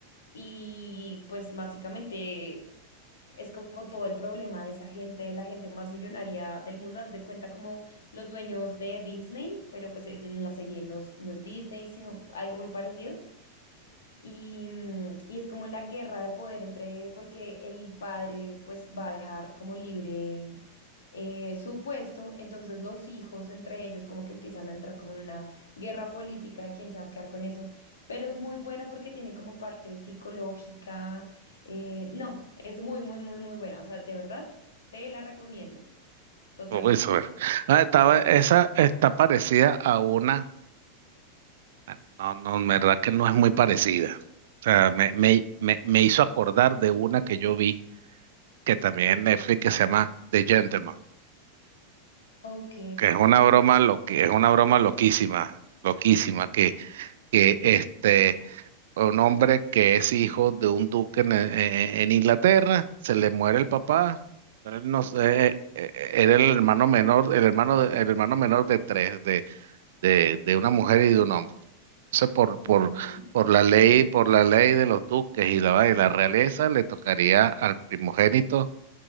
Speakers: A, on the left; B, on the right.
A: y pues básicamente es como todo el problema de esa gente, de la gente más millonaria del mundo. Haz de cuenta como los dueños de Disney, pero pues en la serie no, es- no es Disney, sino algo muy parecido. Y, mm, y es como la guerra de poder entre, porque el padre pues va a dejar como libre eh, su puesto, entonces los hijos entre ellos como que empiezan a entrar como en una guerra política de quién se va a quedar con eso, pero es muy buena porque tiene como parte psicológica, eh, no, es muy, muy, muy, muy buena, o sea, de verdad te la recomiendo totalmente.
B: Uy, sobre- Ah, estaba, esa está parecida a una, bueno, no, no, en verdad que no es muy parecida. O sea, me, me, me, me hizo acordar de una que yo vi, que también
A: Sí.
B: en Netflix, que se llama The Gentleman,
A: Ok.
B: que es una broma, lo que es una broma loquísima, loquísima, que, que este, un hombre que es hijo de un duque en, en- en Inglaterra, se le muere el papá, él no sé, eh, eh, era el hermano menor, el hermano, de- el hermano menor de tres, de, de una mujer y de un hombre. Entonces, por, por,
A: Ujú.
B: por la ley, por la ley de los duques y la, y la realeza, le tocaría al primogénito